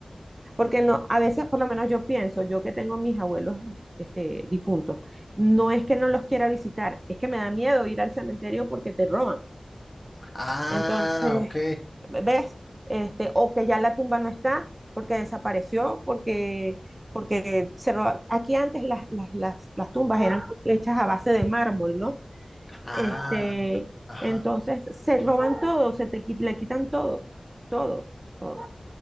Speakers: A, on the right (about 25°); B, on the left (about 35°).
A: Porque no, a veces, por lo menos yo pienso, yo que tengo mis abuelos este, difuntos, no es que no los quiera visitar, es que me da miedo ir al cementerio porque te roban.
B: Ah,
A: Entonces,
B: ok.
A: ¿ves? Este, o que ya la tumba no está porque desapareció, porque, porque se roba- Aquí antes las, las, las, las tumbas eran hechas a base de mármol, ¿no?
B: Ah,
A: Este,
B: ajá.
A: entonces se roban todo, se te, qui- le quitan todo, todo, todo.